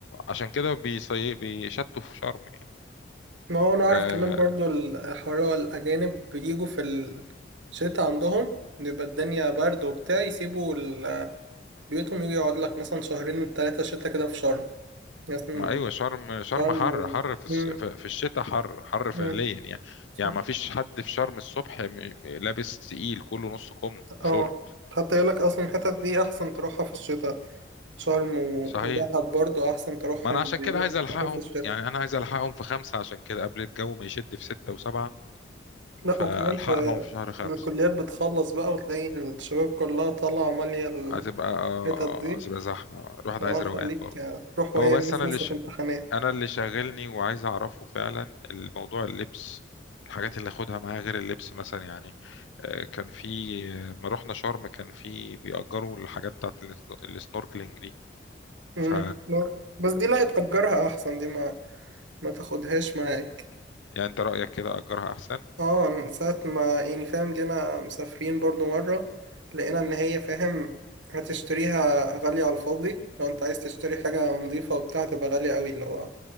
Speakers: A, on the left (about 80°); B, on the right (about 80°).
A: عشان كده بيصي... بيشتوا في شرم يعني
B: ما هو انا اعرف
A: آه،
B: كمان برضو الحوار هو الاجانب بيجوا في الشتاء عندهم بيبقى الدنيا برد وبتاع يسيبوا ال بيوتهم يجي يقعد لك مثلا شهرين تلاتة شتا كده في شرم مثلا
A: ما ايوه شرم شرم
B: شرم
A: حر
B: و...
A: حر في
B: مم.
A: الس- في في الشتاء حر حر
B: مم.
A: فعليا يعني
B: صح.
A: يعني ما فيش حد في شرم الصبح م- م- لابس تقيل كله نص كم وشورت
B: اه حتى يقول لك اصلا الحتت دي احسن تروحها في الشتاء شرم و...
A: صحيح
B: ودهب برضو احسن تروحهم
A: ما انا عشان
B: بيقول
A: كده عايز
B: لك
A: الحقهم
B: تروحهم في الشتاء
A: يعني انا عايز الحقهم في خمسة عشان كده قبل الجو ما يشد في ستة وسبعة
B: لا
A: فالحقهم
B: وكمان في
A: في شهر خمسة
B: الكليات بتخلص بقى وتلاقي الشباب كلها طالعة مالية الحتت
A: هتبقى آه، آه،
B: دي
A: هتبقى زحمة الواحد
B: اه
A: عايز
B: خليك
A: روقان برضه
B: آه، تروح وهي
A: هو بس
B: الناس
A: انا
B: لسه
A: اللي
B: في امتحانات
A: انا اللي شاغلني وعايز اعرفه فعلا الموضوع اللبس الحاجات اللي اخدها معايا غير اللبس مثلا يعني آه، كان في آه، ما رحنا شرم كان في بيأجروا الحاجات بتاعت ال- السنوركلينج دي
B: مم.
A: ف
B: لا، بس دي لا تأجرها احسن دي ما ما تاخدهاش معاك
A: يعني انت رأيك كده أجرها احسن
B: اه من ساعة ما يعني فاهم جينا مسافرين برضو مرة لقينا ان هي فاهم هتشتريها غالية على الفاضي لو انت عايز تشتري حاجة نظيفة وبتاع تبقى غالية قوي اللي هو